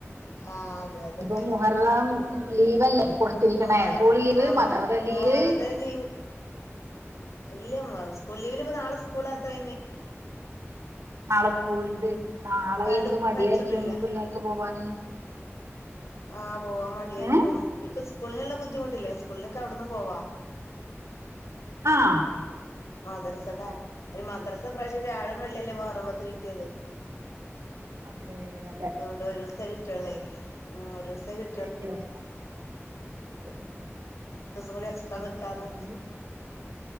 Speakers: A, on the left; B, on the right.
A: ആഹ് അതെ അതെ
B: ഇപ്പൊ മുഹറം
A: ഉം
B: ലീവല്ലേ കൊടുത്തിരിക്കണേ
A: വേറെ
B: സ്കൂൾ ലീവ്
A: ആ
B: മദ്രസ
A: മ
B: ലീവ്
A: മുഹറത്തിന് ലീവ് ഇല്ല മ്മ സ്കൂൾ ലീവിന് ഇപ്പ നാളെ സ്കൂളാതെയ്നി
B: നാളെ സ്കൂൾണ്ട് നാളെ
A: പാട്
B: എന്ത് മടിയായിരിക്കും
A: വെച്ചൊന്നുമില്ല
B: ഇനീ പിള്ളേർക്ക് പോവാന്
A: ആഹ് പോവാൻ മടിയായിരിക്കും
B: ഏഹ്
A: നിക്ക് സ്കൂളിന്ള്ള ബുദ്ധിമുട്ടില്ലേ സ്കൂളിനൊക്കെ അവിടുന്നും പോവാ
B: ആഹ്
A: മദ്‌റസട അയ്ന് മദ്രസ ഇപ്രാശ്യം വ്യാഴം വെള്ളിയല്ലേ മുഹറം പത്ത് കിട്ടിയേത്
B: അതേ അതെ
A: ഒരൂസെ കിട്ടിയൊള്ളെയ് ഉം ഒരൂസെ കിട്ട്
B: ഒരു ദിവസം <inaudible> ഉം
A: ദിവസം കൂടി എക്സ്ട്രാ
B: ഉം
A: നിക്കാന്ന്
B: കൊഴപ്പല്ല